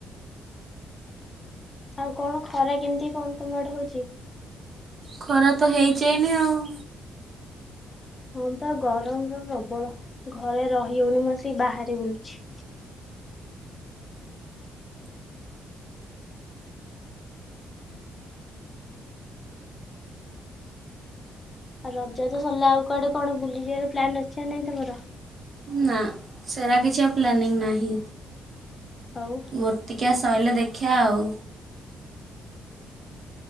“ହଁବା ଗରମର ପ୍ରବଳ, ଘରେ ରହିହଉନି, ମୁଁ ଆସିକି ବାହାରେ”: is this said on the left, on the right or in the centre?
Left